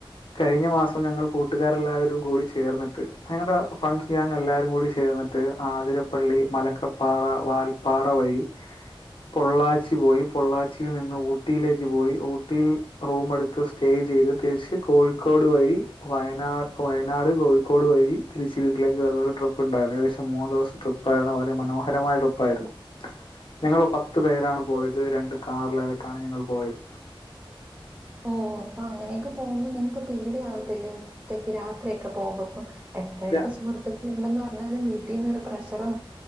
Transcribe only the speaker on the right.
ഓ അപ്പൊ അങ്ങനെയൊക്കെ പോകുമ്പോ നിങ്ങക്ക് പേടിയവത്തില്ലേ ഒറ്റക്ക് രാത്രിയൊക്കെ പോകുമ്പോപ്പം എത്രയൊക്കെ
സുഹൃത്ത് െന്ന് പറഞ്ഞാലും വീട്ടീന്നൊരു പ്രഷറും